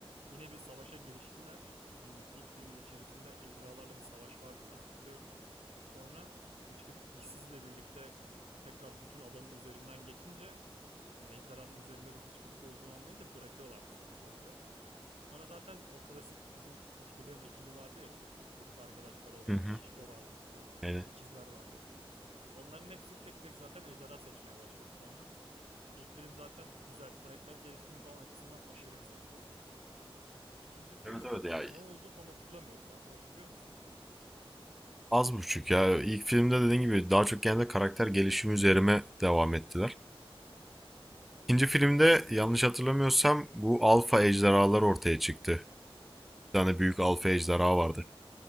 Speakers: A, on the right; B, in the centre.
A: yine bir savaşa giriştiler. Filmin ilk filmin içerisinde ejderhalarla bir savaş vardı ben hatırlıyorum. Sonra Hıçkıdık dişsizle birlikte tekrar bütün adanın üzerinden geçince yani ejderhanın üzerinde de hıçkıdık olduğunu anlayınca bırakıyorlardı savaşı orada. Sonra zaten o klasik bizim hıçkırığın ekibi vardı ya. Çocuk arkadaşları olan
B: Hı hı.
A: bir şişko vardı işte.
B: Yani.
A: ikizler vardı. Onların hepsi tek tek zaten ejderha seçmeye başladı sonra. İlk film zaten güzel. Karakter gelişimi falan açısından aşırı güzeldi. İkinci filmde
B: Evet evet ya
A: ne oldu tam hatırlamıyorum ben. Sen hatırlıyor musun?
B: Az buçuk ya. İlk filmde dediğin gibi daha çok genelde karakter gelişimi üzerime devam ettiler. İkinci filmde yanlış hatırlamıyorsam bu alfa ejderhalar ortaya çıktı. Bir tane büyük alfa ejderha vardı.